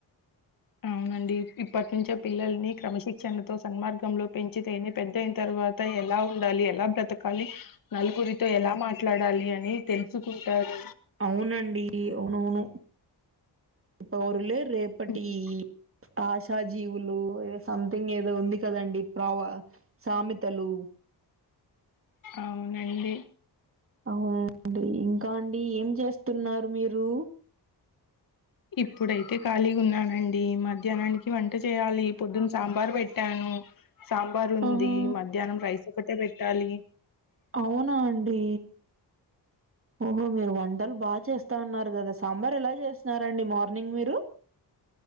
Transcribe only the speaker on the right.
అవునండి అవునవును పౌరులే రేపటి
ఆష్ త జీవులు సంథింగ్ ఏదో ఉంది కదండి ప్రావా సామెతలు
అవునండి ఇంకా అండి ఏం చేస్తున్నారు మీరు
ఆహా!
అవునా అండి ఓహో మీరు వంటలు బాగా చేస్తాన్నారు కదా సాంబార్ ఎలా చేస్న్నారండి మార్నింగ్ మీరు